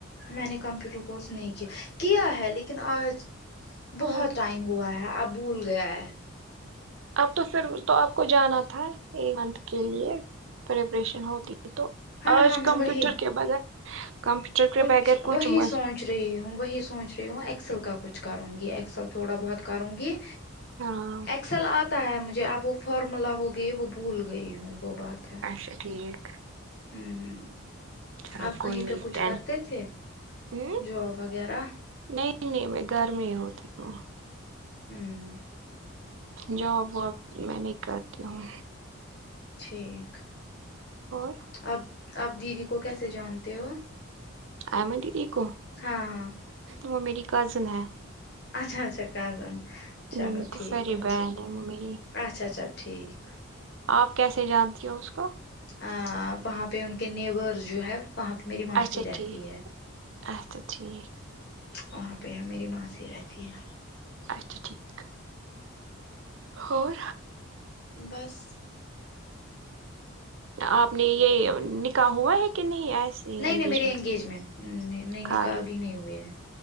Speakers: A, on the left; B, on the right.
A: میں نے کمپیوٹر کورس نہیں کیا کیا ہے لیکن آج بہت
B: آ
A: ٹائم ہووا ہے آب بھول گیا ہے
B: اب تو پھر تو آپ کو جانا تھا ایک منتھ کے لیے پریپریشن ہوتی ہے تو
A: ہاں
B: آج
A: ہاں میں
B: کمپیوٹر
A: وہی
B: کے بغیر کمپیوٹر کے
A: کچھ
B: بغیر
A: وہی
B: مت
A: سوچ رہی ہوں وہی سوچ رہی ہوں ایکسل کا کچھ کروں گی ایکسل تھوڑا بہت کروں گی
B: ہاں
A: ایکسل آتا ہے مجھے اب وہ فارمولا ہوگئی وہ بہ بھول گئی ہوں وہ بات ہے
B: اچھا ٹھیک
A: ہمم ہمم
B: چلو
A: آپ
B: کوئی
A: کہیں
B: نہیں
A: پہ کچھ
B: ٹین
A: کرتے تھے
B: ہوں،
A: جاب وغیرہ
B: نہیں نہیں میں گرمی ہوتی ہوں
A: ہمم
B: جوب وہب میں نہیں کرتی ہوں
A: ٹھیک
B: اور
A: آپ آپ دیدی کو کیسے جانتے ہو
B: آئمن دیدی کو
A: ہاں ہاں
B: وہ میری کزن ہے
A: اچھا اچھا کجن
B: پھوپھیری
A: چلو ٹھیک ہے اچھی
B: بہن
A: بات ہے
B: وہ میری
A: اچھا اچھا ٹھیک
B: آپ کیسے جانتی ہو اس کو
A: ا وہاں پہ ان کے نیبر جو ہے وہاں پہ میری ماسی
B: اچھا
A: رہتی
B: ٹھیک
A: ہے
B: اچھا ٹھیک
A: وہاں پہ ہم میری ماسی رہتی ہے
B: اچھا ٹھیک اور
A: بس
B: آپ نے یہ نکاح ہوا ہے کہ نہیں آج
A: نہیں نہیں
B: گیجمینٹ
A: میری انگیجمنٹ
B: میں
A: نہیں نکاح
B: کال
A: ابھی نہیں ہوئے ہے